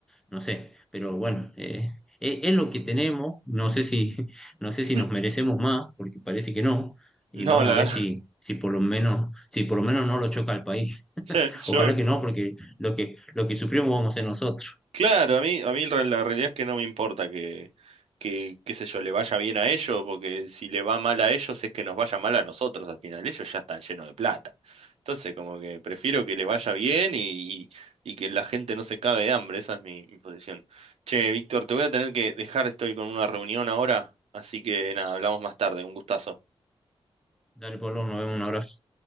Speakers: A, in the centre; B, on the right (about 80°).
A: no sé, pero bueno, eh, e- es, lo que tenemos, no sé si, <laughs> no sé
B: <laughs>
A: si nos merecemos más, porque parece que no, y
B: No,
A: vamos
B: la
A: a ver
B: verdad.
A: si...
B: <laughs>
A: Si por lo menos, si por lo menos no lo choca al país. <laughs>
B: Sí,
A: Ojalá
B: yo
A: que no, porque lo que, lo que sufrimos vamos a ser nosotros.
B: Claro, a mí, a mí re- la realidad es que no me importa que, que, qué sé yo, le vaya bien a ellos, porque si le va mal a ellos es que nos vaya mal a nosotros al final. Ellos ya están llenos de plata. Entonces, como que prefiero que le vaya bien y, y, y que la gente no se cague de hambre. Esa es mi, mi posición. Che, Víctor, te voy a tener que dejar, estoy con una reunión ahora, así que nada, hablamos más tarde. Un gustazo.
A: Dale, Pablo, nos vemos, un abrazo.